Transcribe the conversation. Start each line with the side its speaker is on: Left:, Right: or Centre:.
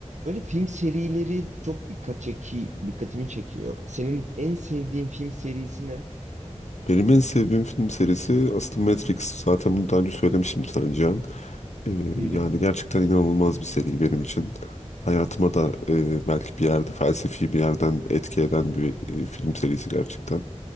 Right: Böyle film serileri çok dikkat çeki, dikkatimi çekiyor. Senin en sevdiğin film serisi ne?
Left: Benim en sevdiğim film serisi aslında Matrix. Zaten bunu daha önce söylemişimdir sana Cihan. Ee,
Right: Hı
Left: yani
Right: hı,
Left: gerçekten inanılmaz bir seri benim için. Hayatıma da e, belki bir yerde felsefi bir yerden etki eden bir e, film serisi gerçekten.